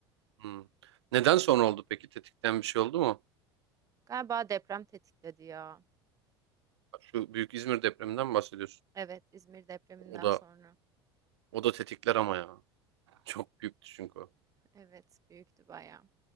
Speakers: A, on the right; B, on the right.
A: Hmm. Neden sonra oldu peki? Tetikten bir şey oldu mu?
B: Galiba deprem tetikledi ya.
A: Şu büyük İzmir depreminden mi bahsediyorsun.
B: Evet İzmir depreminden
A: O da
B: sonra.
A: o da tetikler ama ya. Çok büyüktü çünkü o.
B: Evet büyüktü bayağı.